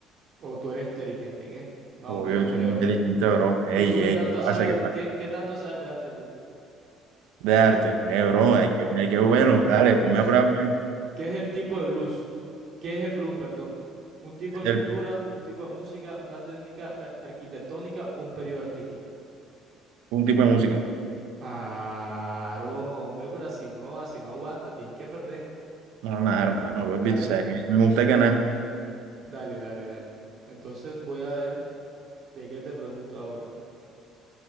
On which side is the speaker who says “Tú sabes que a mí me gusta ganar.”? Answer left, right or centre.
Right